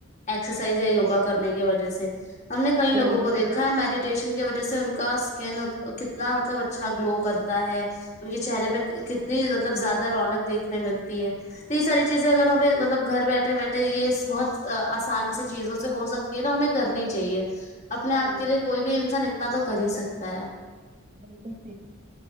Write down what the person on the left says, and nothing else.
ایکسرسائز یا یوگا کرنے کی وجہ سے ہم نے کئی
لوگوں کو دیکھا میڈیٹیشن کی وجہ سے ان کا اسکن کتنا مطلب اچھا گلو کرتا ہے ان کے چہرے پہ کتنی مطلب زیادہ رونق دیکھنے ملتی ہے تو یہ ساری چیزیں اگر ہمیں مطلب گھر بیٹھے بیٹھے یہ بہت آسان سے چیزوں سے ہو سکتی یہ تو ہمیں کرنی چاہیے اپنے آپ
کے لیے کوئی بھی انسان اتنا تو کر ہی سکتا ہے